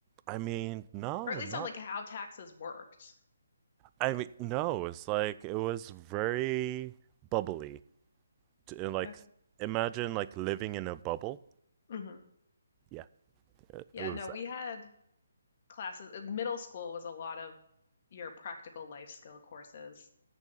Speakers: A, on the right; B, on the left.
A: I mean, no,
B: or at least
A: no.
B: on like how taxes worked.
A: I mean, no, it's like it was very bubbly. T- and, Like,
B: Okay.
A: imagine like living in a bubble.
B: hmm
A: Yeah, it,
B: Yeah,
A: it was
B: no,
A: that.
B: we had classes. uh, Middle school was a lot of your practical life skill courses.